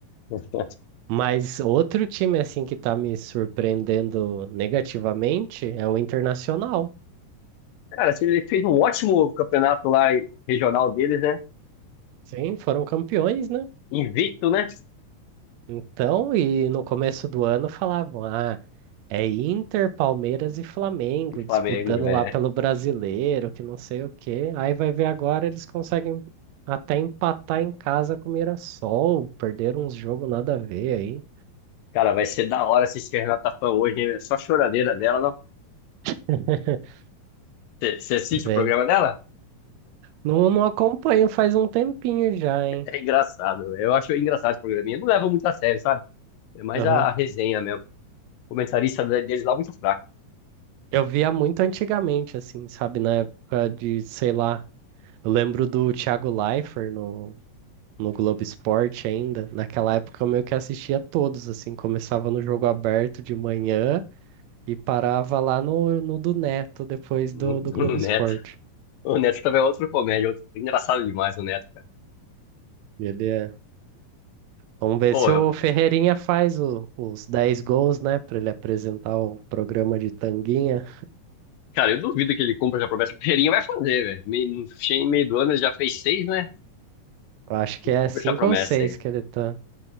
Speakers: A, on the left (about 80°); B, on the right (about 75°).
A: <laughs>
B: Mas outro time, assim, que tá me surpreendendo negativamente é o Internacional.
A: Cara, assim, ele fez um ótimo campeonato lá regional deles, né?
B: Sim, foram campeões, né?
A: Invicto, né?
B: Então, e no começo do ano falavam, ah, É Inter, Palmeiras e Flamengo
A: E Flamengo,
B: disputando
A: é.
B: lá pelo brasileiro, que não sei o quê. Aí vai ver agora eles conseguem até empatar em casa com o Mirassol, perderam uns jogos nada a ver aí.
A: Cara, vai ser da hora assistir a Renata Fã hoje, hein? É só choradeira dela, não?
B: <laughs>
A: Você assiste
B: É.
A: o programa dela?
B: Não, não acompanho faz um tempinho já, hein?
A: É engraçado, eu acho engraçado esse programinha. Não leva muito a sério, sabe? É mais
B: Aham.
A: a a resenha mesmo. comentarista deles lá muito fraco.
B: Eu via muito antigamente, assim, sabe? Na época de, sei lá, eu lembro do Thiago Leifert no, no Globo Esporte ainda. Naquela época eu meio que assistia todos, assim, começava no jogo aberto de manhã. E parava lá no, no do Neto, depois
A: No,
B: do, do Globo
A: no
B: Esporte.
A: Neto. O Neto também é outro comédia, outro... engraçado demais o Neto, cara.
B: E Ele é... Vamos ver
A: Ô,
B: se
A: eu...
B: o Ferreirinha faz o- os 10 gols, né? Pra ele apresentar o programa de Tanguinha.
A: Cara, eu duvido que ele cumpra essa promessa. O Ferreirinha vai fazer, velho. Meio- No fim- Em meio do ano ele já fez seis, né?
B: Eu acho que é
A: Cumpre
B: 5
A: essa promessa
B: ou 6
A: aí.
B: que ele tá.